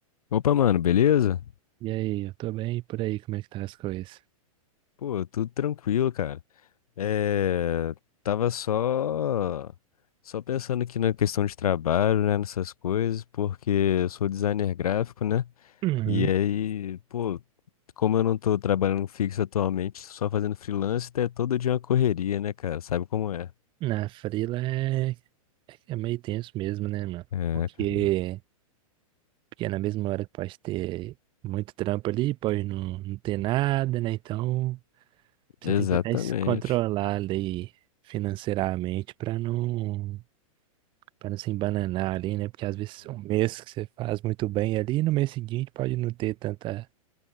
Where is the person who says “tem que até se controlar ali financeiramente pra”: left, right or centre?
Right